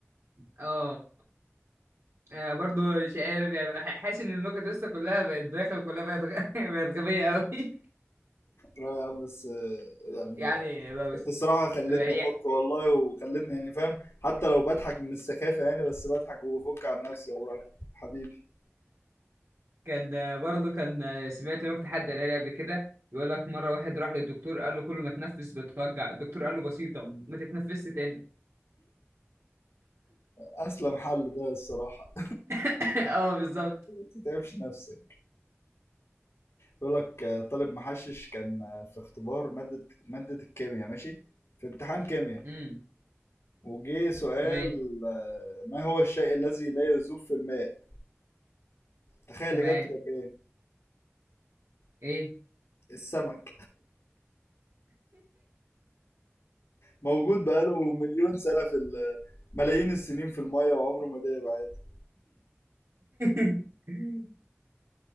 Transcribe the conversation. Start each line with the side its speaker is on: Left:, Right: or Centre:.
Right: اه آه، برضو مش عارف يعني بح- حاسس ان النكت لسه كلها بقت بايخه كلها بقت غ... <laughs> بقت غبيه قوي <laughs>
Left: لا يا عم بس آه، يعني
Right: يعني بقى بس
Left: انت الصراحة خلتني
Right: بقى يع-
Left: افك والله وخلتني يعني فاهم حتى لو بضحك من السخافة يعني بس بضحك وبفك عن نفسي والله حبيبي
Right: كان ده برضو كان آه، سمعت نكته حد قالها لي قبل كده يقول لك مره واحد راح للدكتور قال له كل ما تنفس بتوجع الدكتور قال له بسيطه ما تتنفسش تاني
Left: اسلم حل ده الصراحة
Right: <laughs> اه بالظبط
Left: ما تتعبش نفسك بيقول لك آه، طالب محشش كان آه، في اختبار مادة مادة الكيمياء ماشي في امتحان كيمياء
Right: امم
Left: وجه سؤال
Right: ماشي
Left: آه، ما هو الشيء الذي لا يذوب في الماء تخيل
Right: تمام
Left: اجابته كانت ايه
Right: ايه
Left: السمك موجود بقاله مليون سنة في ال- ملايين السنين في المية وعمره ما داب عادي
Right: <laughs>